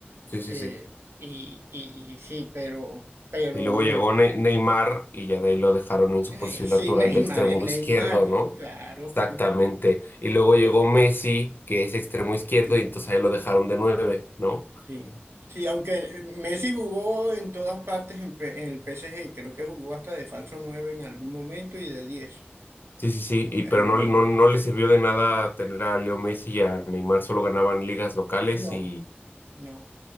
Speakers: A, on the left; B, on the right.
A: Sí, sí,
B: Eh,
A: sí.
B: y, y, y sí, pero, pero
A: Y luego
B: no.
A: llegó Ne-
B: <laughs>
A: Neymar y ya de ahí lo dejaron en su
B: Eh,
A: posición
B: Sí,
A: natural
B: Neymar
A: de extremo
B: es Neymar,
A: izquierdo, ¿no?
B: claro.
A: Exactamente.
B: <laughs>
A: Y luego llegó Messi, que es extremo izquierdo,
B: Sí,
A: y entonces ahí lo dejaron de nueve, ¿no?
B: sí. Sí, aunque Messi jugó en todas partes en, P- en el PSG, creo que jugó hasta de falso 9 en algún momento y de diez
A: Sí, sí, sí. Y
B: Él
A: pero
B: lo
A: no,
B: movió.
A: no, no le sirvió de nada tener a Leo Messi y a Neymar, solo ganaban ligas locales
B: No,
A: y
B: no.